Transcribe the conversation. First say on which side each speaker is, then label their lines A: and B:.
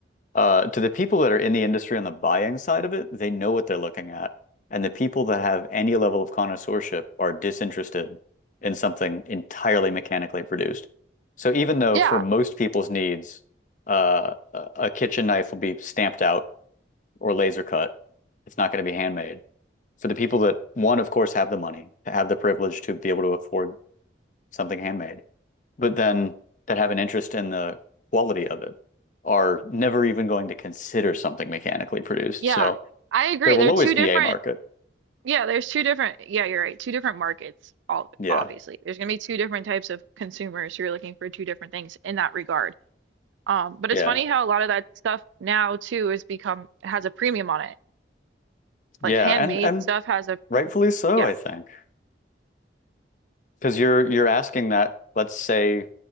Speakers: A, on the left; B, on the right.
A: uh, to the people that are in the industry on the buying side of it, they know what they're looking at. And the people that have any level of connoisseurship are disinterested in something entirely mechanically produced. So even though
B: yeah,
A: for most people's needs, uh, a kitchen knife will be stamped out or laser cut, it's not going to be handmade. So the people that, one, of course, have the money, have the privilege to be able to afford something handmade but then that have an interest in the quality of it are never even going to consider something mechanically produced.
B: yeah.
A: So
B: I agree.
A: there will
B: They're
A: always
B: two
A: be
B: different
A: a market.
B: yeah, there's two different yeah, you're right. Two different markets, all
A: Yeah.
B: obviously. There's gonna be two different types of consumers who are looking for two different things in that regard. Um, but
A: Yeah.
B: it's funny how a lot of that stuff now too has become has a premium on it
A: Yeah.
B: like handmade
A: And and
B: stuff has a
A: rightfully so,
B: yeah
A: I think. Because you're you're asking that, let's say,